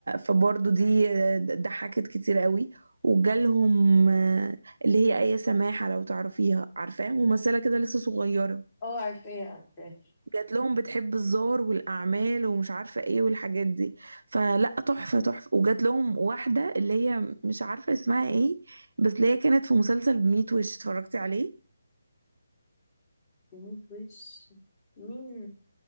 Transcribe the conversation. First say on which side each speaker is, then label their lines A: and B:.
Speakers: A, on the right; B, on the left.
A: فبرضو دي ضحكت كتير قوي وجالهم آه، اللي هي آية سماحة لو تعرفيها عارفاها ممثلة كده لسه صغيرة
B: اه عارفاها عارفاها
A: جات لهم بتحب الزار والأعمال ومش عارفة ايه والحاجات دي فلا تحفة تحفة وجات لهم واحدة اللي هي مش عارفة اسمها ايه بس اللي هي كانت في مسلسل بميت وش اتفرجتي عليه
B: مين وش مين